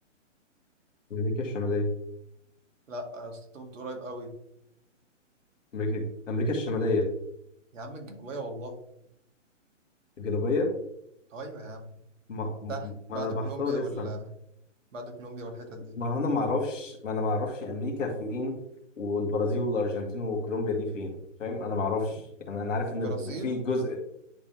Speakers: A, on the left; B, on the right.
A: امريكا الشماليه
B: لا آه، أصل انت كنت قريب قوي
A: امريكا امريكا الشماليه
B: يا عم الجنوبية والله
A: الجنوبيه
B: ايوه يا عم
A: ما,
B: تحت
A: ما
B: بعد
A: انا بحتار
B: كولومبيا وال
A: لسه
B: بعد كولومبيا والحتت دي
A: ما انا ما اعرفش ما انا ما اعرفش امريكا فين والبرازيل والارجنتين وكولومبيا دي فين فاهم انا ما اعرفش يعني انا عارف ان
B: البرازيل
A: في جزء